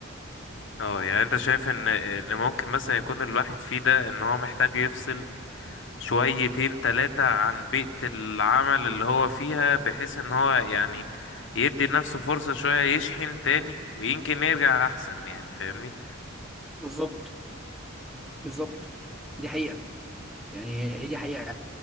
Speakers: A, on the left; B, in the centre.
A: اه يعني انت شايف ان ان ممكن مثلا يكون الواحد فيه ده ان هو محتاج يفصل شويتين تلاتة عن بيئة العمل اللي هو فيها بحيث ان هو يعني يدي لنفسه فرصة شوية يشحن تاني ويمكن يرجع احسن يعني فاهمني
B: بالظبط بالظبط دي حقيقه يعني هي دي حقيقه